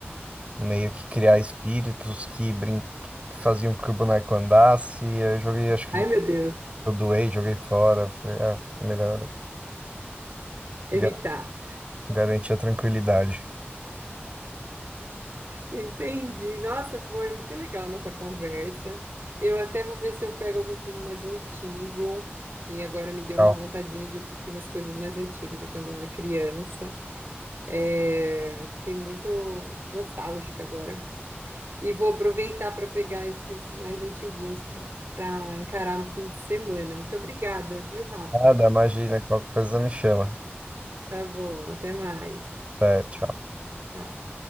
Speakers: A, on the right; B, on the right.
A: meio que criar espíritos que, brin... que faziam com que o boneco andasse. Aí eu joguei, acho que
B: Ai, meu Deus,
A: eu doei, joguei fora. Falei, ah, melhor
B: evitar.
A: ga- garantir a tranquilidade.
B: Entendi. Nossa, foi muito legal nossa conversa. Eu até vou ver se eu pego algum filme mais antigo, que agora me deu
A: Tchau.
B: uma vontadinha de assistir umas coisas mais antigas de quando eu era criança. É, fiquei muito nostálgica agora. E vou aproveitar para pegar esses mais antiguinhos para encarar no fim de semana. Muito obrigada, viu, Rafa?
A: Nada, imagina, qualquer coisa me chama.
B: Tá bom, até mais.
A: Até, tchau.
B: Tchau.